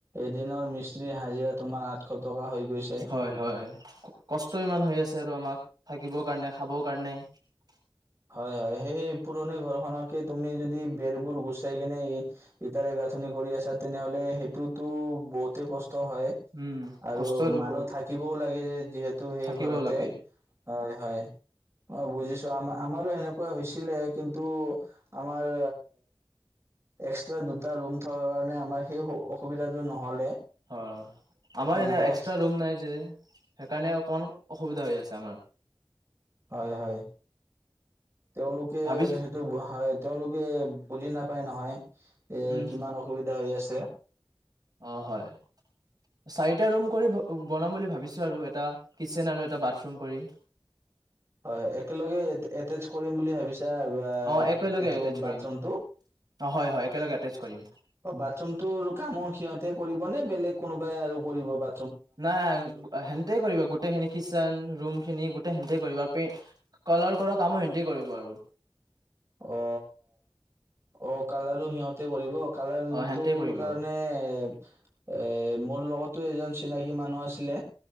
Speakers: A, on the right; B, on the right.
A: এদিনৰ মিস্ত্ৰীৰ হাজিৰা তোমাৰ আঠশ টকা হৈ গৈছে।
B: হয় হয় কষ্ট ইমান হৈ আছে আৰু আমাক থাকিব কাৰণে খাব গনে <unintelligible>
A: হয় হয় সেই পুৰণি ঘৰ খকে তুমি যদি বেৰবোৰ গুচাই কিনে ইটাৰে গাঁথনি কৰি আছা তেনেহলে সেইটোতো বহুতে কষ্ট কস্তু হয়
B: উম,
A: আৰু
B: কষ্ট
A: মানহ
B: বহুত
A: থাকিবও <unintelligible> যিহেতু সেই
B: থাকিবও
A: ঘৰতে
B: লাগে
A: হয় হয়। অ বুজিছো আমাৰ আমাৰো এনেকুৱা হৈছিলে কিন্তু আমাৰ এক্সট্ৰা দুটা ৰুম থকা কাৰণে আমাৰ সেই অসুবিধাটো নহলে।
B: হয় আমাৰ এনে
A: দুটা
B: এক্সট্ৰা
A: এক্স
B: ৰুম নাই যে সেইকাৰণে অকমান অসুবিধা হৈ আছে। <unintelligible>
A: হয় হয় তেওঁলোকে
B: ভাবিছ
A: সেইটো তেওঁলোকে বুজি নাপায় নহয়। এ
B: উম,
A: কিমান অসুবিধা এতিয়া হৈ আছে।
B: অ হয় চাই এটা ৰুম কৰি বনাম বুলি ভাবিছো আৰু এটা কিটচেন আৰু এটা বাথৰুম কৰি।
A: হয় একেলগে এটচ কৰিম বুলি ভাবিছো এতিয়া
B: অ', একেলগে
A: এইটো
B: এটেচ
A: বাথৰুমটো
B: কৰিম অ', হয়, হয়, একেলগে এটেচ কৰিম।
A: অ বাথৰুমটো কামৰ সিহঁতে কৰিবনে বেলেগ কোনোবাই আৰু কৰিব বা
B: নাই সেনেতে কৰিবা গোটেইখিনখিচন ৰুম খিনি গোটেই সেনতে কৰিব আৰু পেইণ্ট কালাৰ কৰা কামো সেনতে কৰিব আৰু।
A: অ অ কালৰ ও সিহঁতে কৰিব। কালাৰ
B: অ', সেনতে
A: তুৰ
B: কৰিব।
A: কাৰণে এ মোৰ লগতো এজন চিনাকী মানুহ আছিলে।